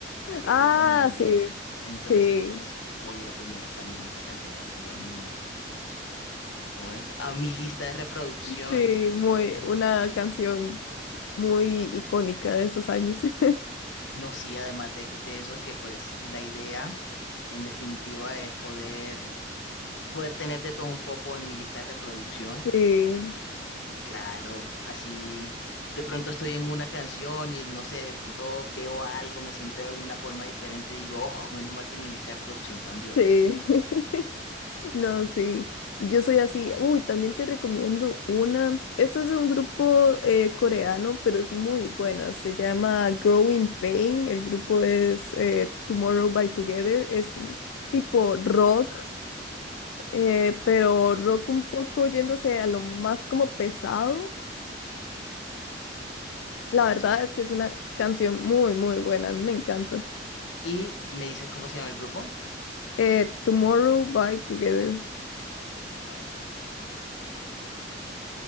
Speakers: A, on the left; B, on the left.
A: que
B: Ah,
A: es del dos mil
B: sí.
A: diez. Entonces,
B: Sí.
A: pues voy a poner también esa canción aquí a mi, ¿cómo es? A mi lista de reproducción.
B: Sí. Muy, una canción muy icónica de esos años. <laughs>
A: No, sí, además de, de eso, que pues la idea, en definitiva, es poder, poder tener de todo un poco en mi lista de reproducción.
B: Sí,
A: Claro, así. De pronto estoy en una canción y no sé, de pronto veo algo, me siento de una forma diferente y digo, oh, menos mal que mi lista de reproducción cambió.
B: Sí. <laughs> No, sí. Yo soy así. Uy, también te recomiendo una. Este es de un grupo eh, coreano, pero es muy buena. Se llama Growing Pain. El grupo es eh, Tomorrow by Together. Es mm, tipo rock, eh, pero rock un poco yéndose a lo más como pesado.
A: Listo.
B: La verdad es que es una canción muy, muy buena. A mí me encanta.
A: ¿Y me dices cómo se llama el grupo?
B: Eh, Tomorrow by Together.
A: Ok.